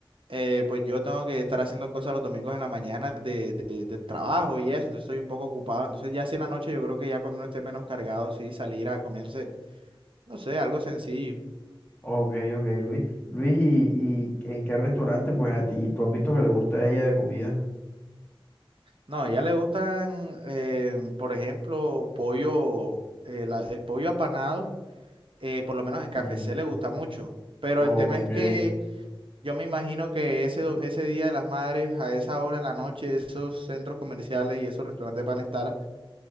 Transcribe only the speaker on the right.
eh, pues yo tengo que estar haciendo cosas los domingos en la mañana de, de- del trabajo y eso, entonces estoy un poco ocupado. Entonces ya si en la noche yo creo que ya cuando uno esté menos cargado, sí, salir a comerse, no sé, algo sencillo.
No, a ella le gustan, eh, por ejemplo, pollo, eh, la- el pollo apanado, eh, por lo menos en KFC
le gusta mucho. Pero
el tema es que yo me imagino que ese, do- ese Día de las Madres, a esa hora en la noche, esos centros comerciales y esos restaurantes van a estar